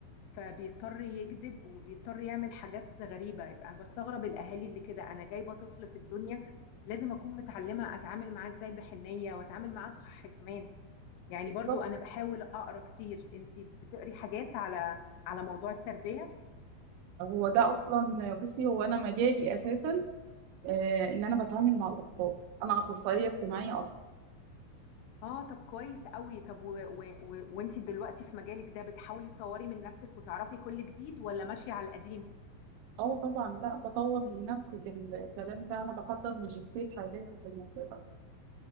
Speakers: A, on the left (about 85°); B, on the right (about 85°).
A: فبيضطر يكذب وبيضطر يعمل حاجات غريبة يبقى انا بستغرب الاهالي اللي كده انا جايبة طفل في الدنيا لازم اكون متعلمة اتعامل معاه ازاي بحنية واتعامل معاه صح كمان يعني
B: بالظبط.
A: برضو انا بحاول اقرا كتير انتي بتقري حاجات على على موضوع التربية
B: هو ده اصلا بصي هو انا مجالي اساسا آه ان انا بتعامل مع الاطفال انا اخصائيه اجتماعيه اصلا
A: اه طب كويس قوي طب و... و... و... وانتي دلوقتي في مجالك ده بتحاولي تطوري من نفسك وتعرفي كل جديد ولا ماشية على القديم
B: اه طبعا لا بطور من نفسي في الكلام ده انا بحضر ماجستير حاليا في الموضوع ده